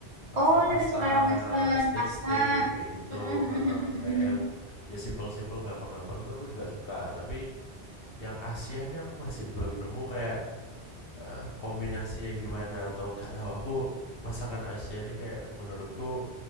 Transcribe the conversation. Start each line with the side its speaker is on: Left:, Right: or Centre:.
Left: Pasta-pasta,
Right: Oh, lebih suka yang Western,
Left: steak-steak
Right: pasta.
Left: kayak gitu
Right: Mm-mm, mm-mm,
Left: heeh, kayak
Right: mm-mm,
Left: yang ya simpel-simpel, gampang-gampang tuh aku juga suka, tapi yang Asia ini aku masih belum nemu kayak eh, kombinasinya gimana atau gak tahu aku masakan Asia ini kayak menurutku